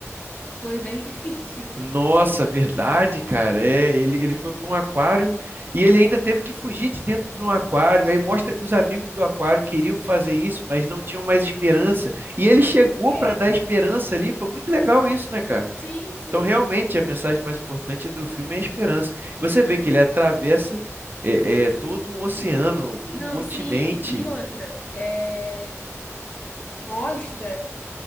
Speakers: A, on the left; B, on the right.
A: foi bem <laughs> difícil.
B: Nossa, verdade, cara. É, ele, ele foi para um aquário e ele ainda teve que fugir de dentro de um aquário. Aí mostra que os amigos do aquário queriam fazer isso, mas não tinham mais esperança. E ele chegou
A: É.
B: para dar esperança ali. Foi muito legal isso, né, cara?
A: Sim, sim.
B: Então, realmente, a mensagem mais importante do filme é a esperança. Você vê que ele atravessa é, é, todo um oceano, um
A: Não,
B: continente.
A: sim. E outra, é, mostra